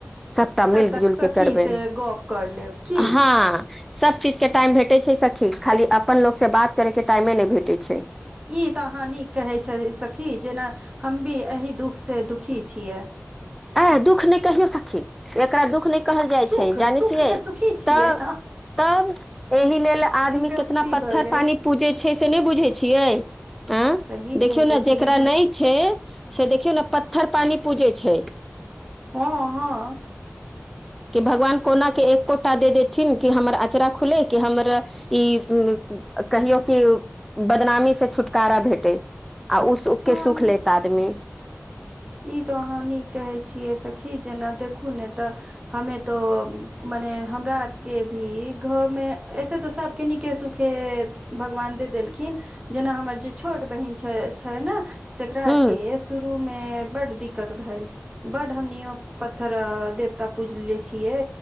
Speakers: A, in the centre; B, on the right (about 20°).
A: सबटा मिल
B: तब तक
A: जुल
B: सखी
A: कऽ करबैह
B: से गप कर लेब की
A: ह सब चीज के टाइम भेटैत छै सखी खाली अपन लोक से बात करय के टाइमे नय भेटै छै
B: ई तऽ अहाँ नीक कहै छी सखी जेना हमहुँ एही दुख से दुखी छीय
A: ऐह दुःख नय कहियो सखी एकरा दुःख नय कहल जाय
B: सुख
A: छै जानै
B: सुख
A: छियै
B: से सुखी छियै
A: तऽ तब एहि लेल आदमी केते
B: गलती
A: एतना पत्थर
B: भऽ गेल
A: पानी पूजै छै से नय बुझै छियै ए
B: सही
A: देखियौ
B: छै सखी
A: ने जेकरा
B: जे
A: नय छै से देखियौ ने पत्थर पानी पूजै छैय
B: हँ हँ
A: की भगवान कोना के एकोटा दे देथिन कि हमर अचरा खुलै कि हमर ई कहियो कि बदनामी से छुटकारा भेटे आ ओ के सुख के
B: हँ
A: सुख लेत आदमी
B: ई तो अहाँ नीक कहै छिऐ सखी जेना देखू ने तऽ हमे तऽ मने हमरा अर के भी घर मे ऐसे तऽ सबके नीके सुखे खे भगवान दे देलखिन जेना हमर जे छोट बहिन छै छै न सेकरा
A: ह
B: आर के शुरू मे बड दिक्कत भेल बड हमनिओ पत्थर देवता पूजले छियै